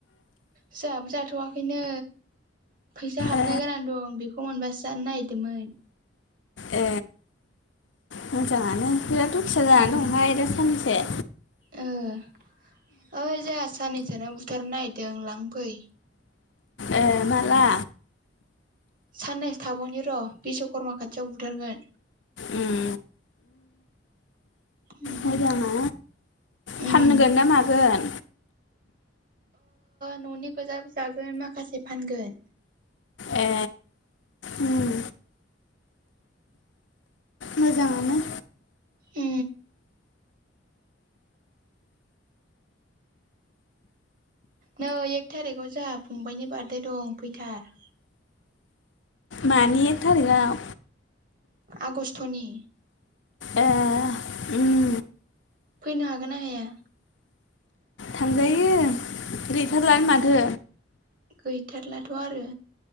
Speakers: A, on the right; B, on the left.
A: फाबो जाथ'वाखैनो फैसा हाबनो
B: ए
A: गोनां दं बेखौ ख मोनबासो जानो ागिरदोंमोन
B: ए मोजाङानो बिराद उुथिया जानानै
A: उम
B: दंहाय दा साननैसेो
A: ओइ जोंहा साननैसोाव बुथारनो नागिरदों लांफै
B: ए मा्ला
A: साननैसो थाब'नि र' बिश्वकर्मा खाथियाव बुथारगोन
B: उम,
A: उम
B: मोजाङा
A: उम
B: फानगोन ना मागोन
A: न'नि गोजा जागोन माखासे फानगोन
B: ए उम, मोजाङानो
A: ओ नै एक थारिखाव जोंहा फंबायनि बार्थडे दं फैथार
B: मानि एक थारिखआव
A: आगस्ट'नि
B: ओ
A: फैनो हागोन ना हाया
B: थांजायो गैथारला माथो
A: गैथारलाथ' आरो